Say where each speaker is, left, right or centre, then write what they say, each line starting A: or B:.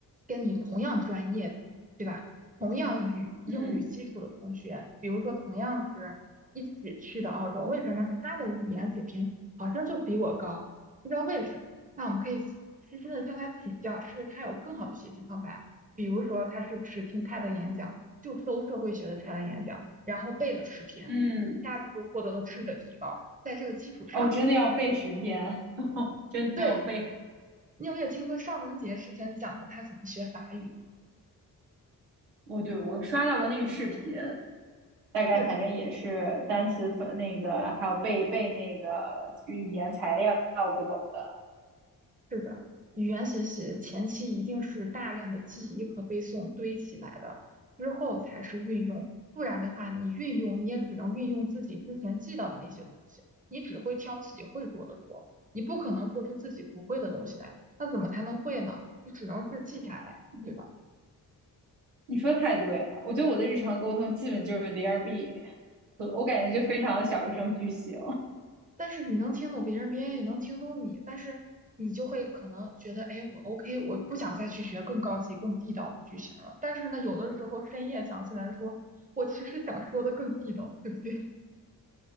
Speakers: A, on the right (about 20°); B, on the right (about 85°).
A: 跟你同样专业的，对吧？同样语英语基础的同学，
B: 嗯
A: 比如说同样是一起去的澳洲，为什么他的语言水平好像就比我高？不知道为什么。那我们可以细心的向他请教，是不是他有更好的学习方法？比如说他是不是听他的演讲？就搜社会学的材料演讲，然后背了十篇，
B: 嗯。
A: 一下子就获得了质的提高。在这个基础上，
B: 哦，真的要背十篇，<laughs> 真的要背。
A: 对你有没有听过尚雯婕之前讲的她怎么学法语？
B: 哦，对，我刷到过那个视频，大概反正也是单词分那个，
A: 是
B: 还有背背那个语言材料各种的。
A: 是的，语言学习前期一定是大量的记忆和背诵堆起来的，之后才是运用。不然的话，你运用你也只能运用自己之前记到的那些东西，你只会挑自己会做的说，你不可能做出自己不会的东西来。那怎么才能会呢？你只能是记下来，
B: 你
A: 对吧？
B: 你说太对了，我觉得我的日常沟通基本就是 there be，<laughs> 和我感觉就非常的小学生句型。
A: 但是你能听懂别人，别人也能听懂你，但是你就会可能觉得，哎，我 OK，我不想再去学更高级、更地道的句型了。但是呢，有的时候深夜想起来说，我其实想说的更地道，对不对？<laughs>